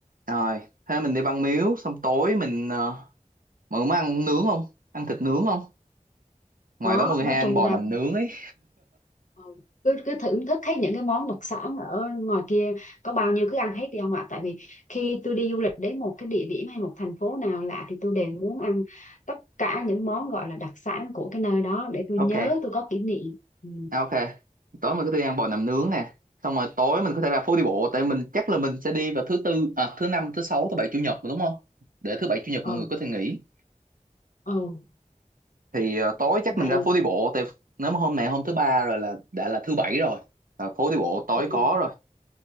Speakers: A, on the right; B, on the left.
A: Rồi, thế mình đi băng miếu, xong tối mình ờ, mọi người muốn ăn nướng không? Ăn thịt nướng không? Ngoài
B: có
A: đó mọi người
B: nói
A: hay ăn
B: chung
A: bò
B: ra
A: nằm nướng ấy.
B: ừ, cứ cứ thưởng thức hết những cái món đặc sản ở ngoài kia có bao nhiêu cứ ăn hết đi ông ạ tại vì khi tôi đi du lịch đến một cái địa điểm hay một thành phố nào lạ thì tôi đều muốn ăn tất cả những món gọi là đặc sản của cái nơi đó để tôi
A: Ok,
B: nhớ tôi có kỷ niệm ừ
A: à, ok. Tối mình có thể đi ăn bò nằm nướng nè. Xong rồi tối mình có thể ra phố đi bộ, tại mình chắc là mình sẽ đi vào thứ tư, à, thứ năm, thứ sáu, thứ bảy, chủ nhật mà đúng không? Để thứ bảy, chủ nhật
B: ừ
A: mọi người có thể nghỉ.
B: ừ
A: Thì ờ, tối chắc
B: vậy
A: mình ra phố đi bộ, tại nếu mà hôm này hôm thứ ba rồi là đã là thứ bảy rồi. Ờ, phố đi bộ tối
B: Ừ.
A: có rồi.